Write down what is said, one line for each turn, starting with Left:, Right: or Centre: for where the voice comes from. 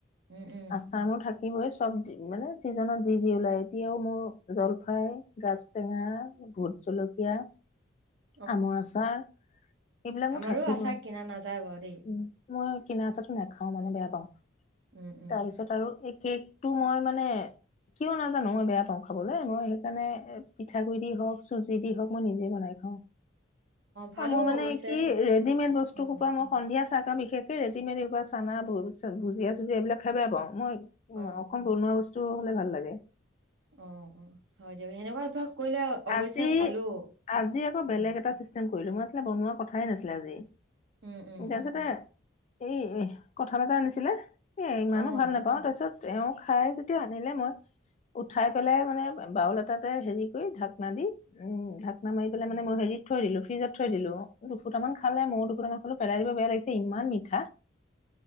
Right: উম, উম
Left: <unintelligible> মোৰ থাকিবই চব মানে চিজনত যি যি ওলাই এতিয়াও মোৰ জলফাই গাজ টেঙা, ভোট জলকীয়া
Right: <inaudible>
Left: আমৰ আচাৰ এইবিলাক মোৰ
Right: আমাৰো
Left: থাকিবই
Right: আচাৰ
Left: উম,
Right: কিনা নাযায় বাৰু দেই।
Left: মই কিনা আচাৰটো নাখাও মানে বেয়া পাও,
Right: উম, উম,
Left: তাৰপিছত আৰু এই কেক টো মই মানে কিয় নাজানো মই বেয়া পাওঁ খাবলৈ, মই সেইকাৰণে পিঠাগুড়ি দি হওক চুজি দি হওক মই নিজে বনাই খাওঁ।
Right: ভালো
Left: অ', মই মানে
Right: অৱশ্যে।
Left: কি ৰেডিমেড বস্তু
Right: উম,
Left: সোপা মই সন্ধিয়া চাহ কাম বিশেষকে ৰেডিমেড এইবাৰ চানা ভুজিয়া চুজিয়া এইবিলাক খাই বেয়া পাও মই উম,
Right: অ',
Left: অকন বনোৱা বস্তু হলে ভাল লাগে।
Right: অ', অ', হয় দিয়ক সেনেকুৱা অভ্যাস কৰিলে অৱশ্যে
Left: আজি
Right: ভালো
Left: আজি আকৌ
Right: উম,
Left: <unintelligible> কৰিলো মই আছলতে বনোৱা কথাই নাছিলে আজি,
Right: উম, উম,
Left: তাৰপিছতে উম, উম, কঁঠাল এটা আনিছিলে এ ইমানো
Right: অ',
Left: ভাল নাপাও তাৰপিছত তেওঁ খাই যেতিয়া আনিলে মই উঠাই পেলাই মানে বাউল এটাতে হেৰি কৰি ঢাকনা দি উম, ঢাকনা মাৰি পেলাই মানে মই হেৰিত থৈ দিলো, ফ্ৰিজত থৈ দিলো, দুফুটা মান খালে ময়ো দুফুটামান খালো পেলাই দিব বেয়া লাগিছে ইমান মিঠা
Right: <inaudible>